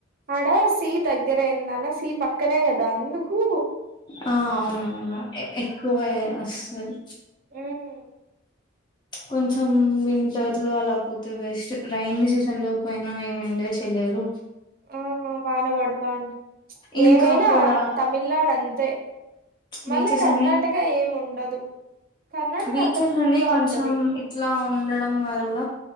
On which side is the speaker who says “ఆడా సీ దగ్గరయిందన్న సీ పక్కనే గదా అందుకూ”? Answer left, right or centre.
Right